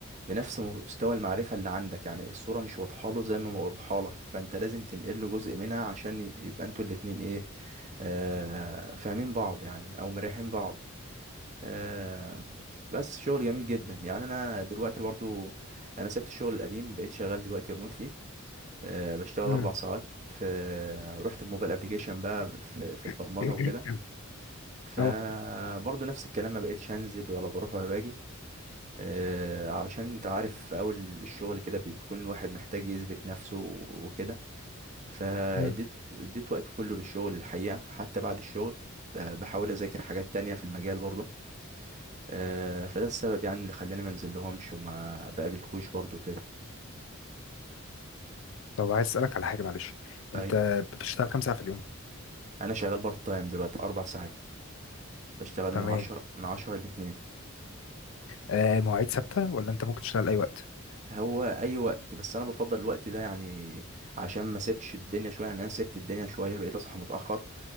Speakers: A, on the right; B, on the left.
A: بنفس مستوى المعرفه اللي عندك يعني الصوره مش واضحه له زي ما واضحه لك فانت لازم تنقل له جزء منها عشان ي- يبقى انتوا الاتنين ايه آه فاهمين بعض يعني او مريحين بعض آه، بس شغل جميل جدا يعني انا دلوقتي برضو انا سبت الشغل القديم بقيت شغال دلوقتي ريموتلي آه، بشتغل
B: امم
A: اربع ساعات في رحت الموبايل ابليكيشن بقى في, في البرمجه
B: <clears throat>
A: وكده فبرضو
B: اه
A: نفس الكلام ما بقيتش هنزل ولا بروح ولا باجي آه، علشان انت عارف في اول الشغل كده بيكون الواحد محتاج يثبت نفسه وكده فاديت
B: امم
A: اديت وقت كله للشغل الحقيقه حتى بعد الشغل آه، بحاول اذاكر حاجات تانية في المجال برضو آه، فده السبب يعني اللي خلاني ما انزل لهمش وما بقابلكوش برضو كده
B: طب عايز اسالك على حاجه معلش انت
A: ايوه
B: بتشتغل كام ساعه في اليوم
A: انا شغال بارت تايم دلوقتي اربع ساعات بشتغل
B: تمام
A: من عشرة من عشرة لاتنين
B: آه مواعيد ثابته ولا انت ممكن تشتغل اي وقت
A: هو اي وقت بس انا بفضل الوقت ده يعني عشان ما سيبش الدنيا شويه يعني انا سبت الدنيا شويه بقيت اصحى متاخر